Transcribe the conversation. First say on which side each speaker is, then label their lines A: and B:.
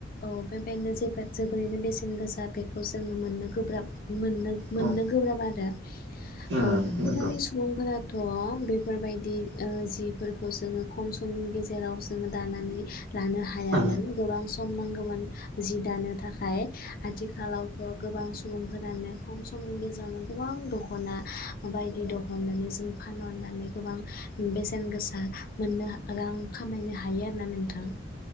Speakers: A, on the left; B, on the right.
A: औ बे बेनो जे जोबोरैनो बेसेन गोसा बेखौ जोङो मोननो गोब्राब। मोननो मोननो
B: औ
A: गोब्राब आरो।
B: उम
A: औ
B: नंगौ
A: गोदोनि सुबुंफोराथ' बेफोरबायदि ओ जिफोरखौ जोङो खम समनि गेजेराव जोङो दानानै लानो हायामोन
B: औ
A: गोबां सम नांगौमोन जि दानो थाखाय आथिखालावथ' गोबां मुं फोरानो खम समनि गेजेरावनो गोबां दख खना बायदि दखनानि जोम फानहरनानै गोबां बेसेन गोसा मोननो रां खामायनो हायो आरोना नोंथां। थां